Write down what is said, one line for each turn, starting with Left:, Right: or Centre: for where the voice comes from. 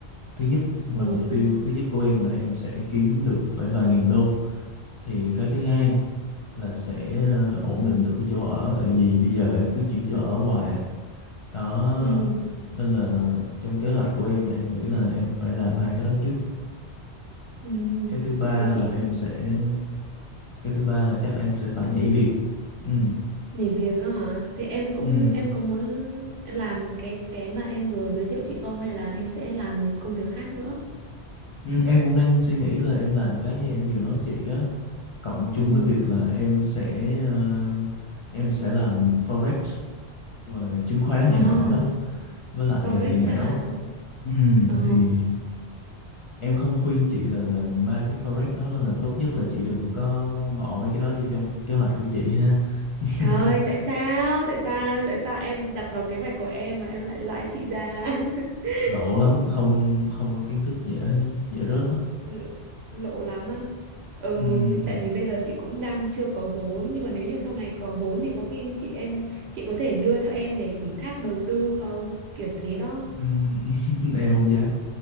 Left: thứ nhất là
Right: thì
Left: mục tiêu thứ nhất của em là em sẽ kiếm được phải vài nghìn đô thì cái thứ hai là sẽ ờ, ổn định được cái chỗ ở tại vì bây giờ em cứ chuyển chỗ ở hoài à đó
Right: ừ,
Left: nên là trong kế hoạch của em là em nghĩ là em phải làm hai cái đó trước
Right: ừ,
Left: cái thứ ba
Right: thì
Left: là
Right: chị
Left: em sẽ cái thứ ba là chắc em sẽ phải nhảy việc ừ
Right: nhảy việc á hả thì em cũng
Left: ừ
Right: em có muốn làm cái cái mà em vừa giới thiệu chị không hay là em sẽ làm một công việc khác nữa
Left: Ừ, em cũng đang suy nghĩ là em làm cái gì em vừa nói chị đó cộng chung
Right: ừ
Left: với việc là em sẽ ờ, em sẽ làm forex về chứng khoán
Right: à
Left: này nọ đó với lại
Right: forex
Left: ờ, tiền ảo
Right: á hả
Left: Ừm,
Right: ờ
Left: thì em không khuyên chị là làm ba cái forex đó nên là tốt nhất là chị đừng có
Right: Ừ.
Left: bỏ mấy cái đó vô trong cái kế hoạch của chị ha <laughs>
Right: Trời ơi, tại sao? Tại sao? Tại sao em đặt vào kế hoạch của em mà em lại loại chị ra? <laughs>
Left: lộ lắm không không có kiến thức dễ dễ rớt lắm
Right: lộ, lộ lắm á ừ
Left: Ừm,
Right: nhưng tại vì bây giờ chị cũng đang chưa có vốn nhưng mà nếu như sau này có vốn thì có khi chị em chị có thể đưa cho em để ủy thác đầu tư không kiểu thế đó
Left: ừm, <laughs> em không dám